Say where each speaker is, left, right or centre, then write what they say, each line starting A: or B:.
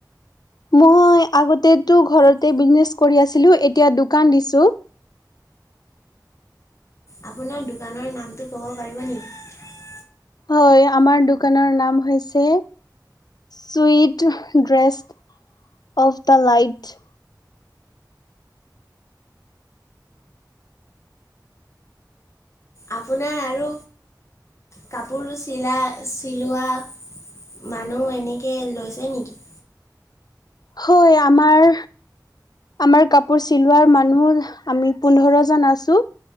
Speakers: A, on the left; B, on the left.
A: মই আগতেতটো ঘৰতে বিজনেচ কৰি আছিলো এতিয়া দোকান দিছো।
B: আপোনাৰ দোকানৰ নামটো ক'ব পাৰিব নেকি।
A: হয় আমাৰ দোকানৰ নাম হৈছে sweet dress of the light.
B: আপোনাৰ আৰু কাপোৰ চিলাই চিলোৱা মানুহ এনেকে লৈছে নেকি।
A: হয় আমাৰ আমাৰ কাপোৰ চিলোৱাৰ মানুহ আমি পোন্ধৰ জন আছো।